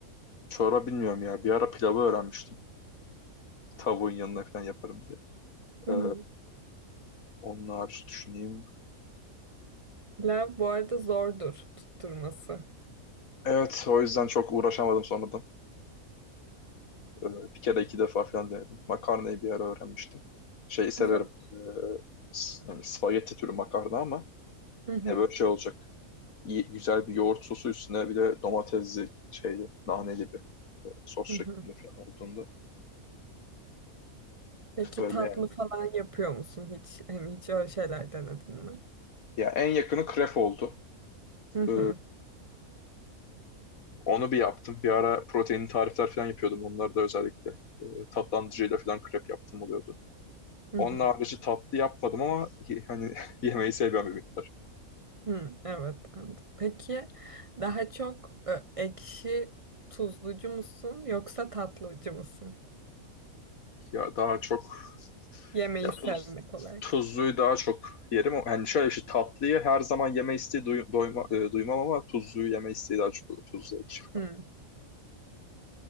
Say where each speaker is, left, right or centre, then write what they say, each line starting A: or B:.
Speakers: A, on the left (about 70°); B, on the right (about 60°).
A: Çorba bilmiyorum ya. Bir ara pilavı öğrenmiştim. Tavuğun yanına falan yaparım diye.
B: Hı
A: Ee,
B: hı.
A: onun hariç düşüneyim.
B: Pilav bu arada zordur tutturması.
A: Evet, o yüzden çok uğraşamadım sonradan. Ee, bir kere iki defa falan denedim. Makarnayı bir ara öğrenmiştim. Şeyi severim.
B: <laughs>
A: Ee, s- yani spagetti türü makarna ama
B: Hı hı,
A: yine böyle şey olacak. İyi, güzel bir yoğurt sosu üstüne bir de domatesli şeydi. Nane gibi e, sos şeklinde
B: hı hı.
A: falan olduğunda.
B: Peki
A: Öyle
B: tatlı
A: yani.
B: falan yapıyor musun hiç? Hani hiç öyle şeyler denedin mi?
A: Ya en yakını krep oldu.
B: Hı hı,
A: Ee, Onu bir yaptım. Bir ara proteinli tarifler falan yapıyordum. Onları da özellikle e, tatlandırıcıyla falan krep yaptım oluyordu.
B: hı
A: Onun
B: hı,
A: harici tatlı yapmadım ama ye- hani <laughs> yemeği seviyorum bir miktar.
B: hı. Evet. anladım. Peki daha çok ö, ekşi tuzlucu musun yoksa tatlıcı mısın?
A: Ya daha çok
B: Yemeği
A: ya tuz
B: sevmek olarak.
A: tuzluyu daha çok yerim. Yani şöyle bir şey tatlıyı her zaman yeme isteği duy- doyma- e, duymam ama tuzluyu yeme isteği daha çok tuzlu ekşi falan.
B: Hı